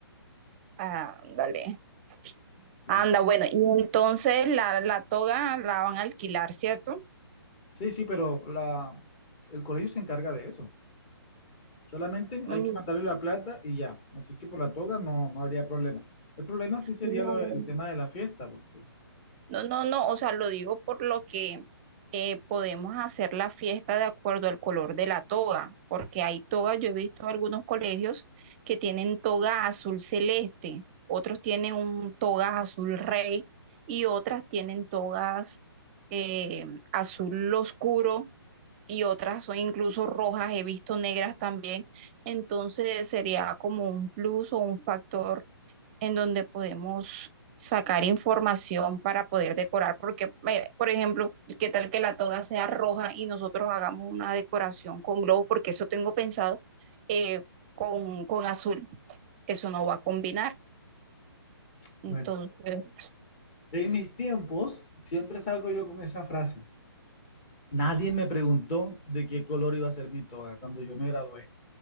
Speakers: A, on the right; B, on the left.
A: Ah, dale.
B: Sí,
A: Anda, bueno, y entonces la, la toga la van a alquilar, ¿cierto?
B: sí, sí, pero la, el colegio se encarga de eso. Solamente
A: Mm,
B: hay que mandarle la plata y ya. Así que por la toga no, no habría problema. El problema sí sería
A: No,
B: lo- el tema de la fiesta, porque,
A: no, no, no, o sea, lo digo por lo que eh, podemos hacer la fiesta de acuerdo al color de la toga, porque hay togas, yo he visto algunos colegios que tienen toga azul celeste, otros tienen un toga azul rey y otras tienen togas eh, azul oscuro y otras son incluso rojas, he visto negras también. Entonces sería como un plus o un factor en donde podemos sacar información para poder decorar, porque, eh, por ejemplo, qué tal que la toga sea roja y nosotros hagamos una decoración con globos porque eso tengo pensado eh, con, con azul, eso no va a combinar.
B: bueno,
A: Entonces,
B: en mis tiempos siempre salgo yo con esa frase. Nadie me preguntó de qué color iba a ser mi toga cuando yo me gradué.